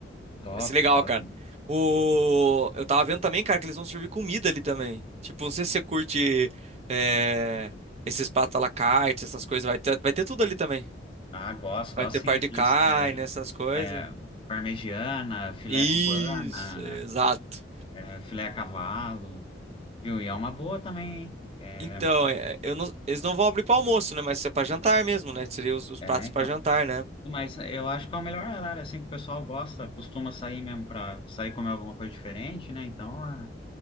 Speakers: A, on the left; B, on the right.
A: Top,
B: Vai ser legal,
A: top.
B: cara. O... Eu tava vendo também, cara, que eles vão servir comida ali também. Tipo, não sei se você curte é, esses pratos à la carte, essas coisas. Vai ter, vai ter tudo ali também.
A: Ah, gosto,
B: Vai
A: gosto
B: ter par
A: sim. Aqueles,
B: de carne,
A: é,
B: essas coisas.
A: é, parmegiana, filé
B: Isso,
A: cubana,
B: exato.
A: é, filé a cavalo, viu? E é uma boa também, hein? É,
B: Então, é, eu não- eles não vão abrir para almoço, né? Mas isso é para jantar mesmo, né? Seria os, os
A: é,
B: pratos
A: então.
B: para jantar, né?
A: Mas eu acho que é o melhor horário, assim, que o pessoal gosta, costuma sair mesmo para sair comer alguma coisa diferente, né? Então, é,